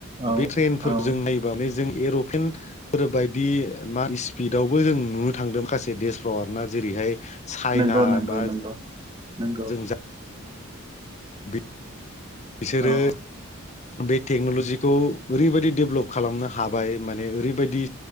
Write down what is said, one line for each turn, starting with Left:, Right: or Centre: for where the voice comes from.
Right: औ
Left: बे ट्रेनफोरजों
Right: औ
Left: नायबानो जों एर'प्लेनफोरबायायदि मा स्पिडावबो जों नुनो थांदों माखासे देशफ्राव आर ना जेरैहाय चाइना
Right: नंगौ नंगौ
Left: बा
Right: नंगौ नंगौ
Left: जों जा बिसोरो
Right: औ
Left: बे टेक्न'ल'जिखौ ओरैबायाददि डेभलप खालामनो हाबाय माने ओरैबायदि